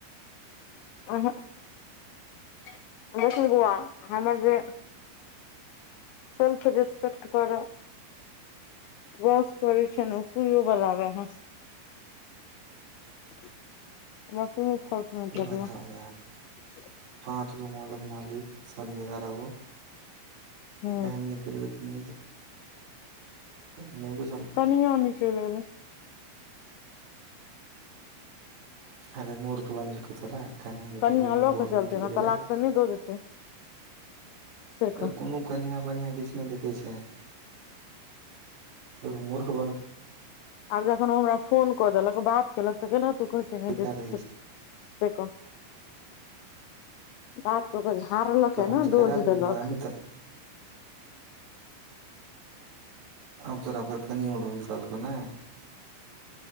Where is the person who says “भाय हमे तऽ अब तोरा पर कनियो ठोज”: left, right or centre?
Right